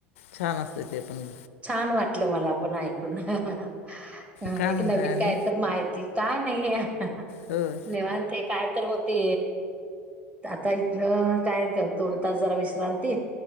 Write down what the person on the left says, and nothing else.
छान! असत ते पण
काय
म्हणताय
आणि
होय